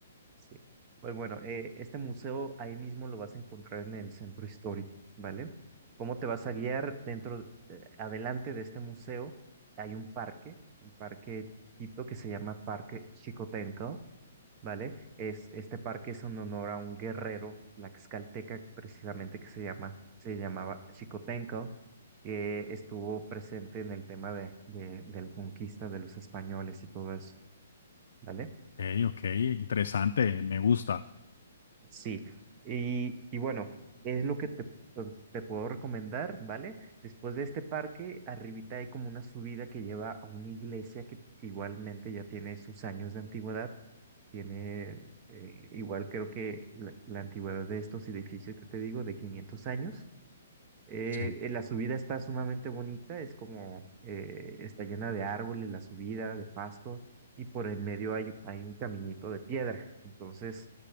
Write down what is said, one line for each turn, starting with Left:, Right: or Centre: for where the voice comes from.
Right: Sí. Pues bueno, eh, este museo ahí mismo lo vas a encontrar en el centro histórico, ¿vale? ¿Cómo te vas a guiar dentro, eh, adelante de este museo? Hay un parque, un parque tipo que se llama Parque Chicotenco, ¿vale? Es, este parque es en honor a un guerrero tlaxcalteca precisamente que se llama, se llamaba Chicotenco, que estuvo presente en el tema de, de de la conquista de los españoles y todo eso, ¿vale?
Left: Ok, ok, interesante, me gusta.
Right: Sí, y, y bueno, es lo que te, pu- te puedo recomendar, ¿vale? Después de este parque, arribita hay como una subida que lleva a una iglesia que igualmente ya tiene sus años de antigüedad, tiene eh, igual creo que la, la antigüedad de estos edificios que te digo, de 500 años. Eh,
Left: Sí.
Right: eh, la subida está sumamente bonita, es como, eh, está llena de árboles, la subida, de pasto, y por el medio hay, hay un caminito de piedra. Entonces,